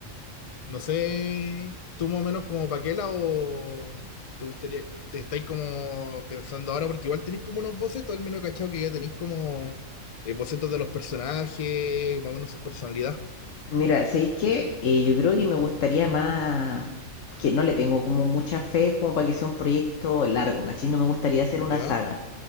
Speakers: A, on the left; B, on the left.
A: No sé, tú más o menos como Paquela o te gustaría, te estáis como pensando ahora porque igual tenéis como unos bocetos, al menos cachado que ya tenéis como eh, bocetos de los personajes, más o menos su personalidad.
B: Mira, ¿sabéis qué? Eh, yo creo que me gustaría más, que no le tengo como mucha fe como para que sea un proyecto largo, ¿cachai? No me gustaría hacer una
A: Ya,
B: saga,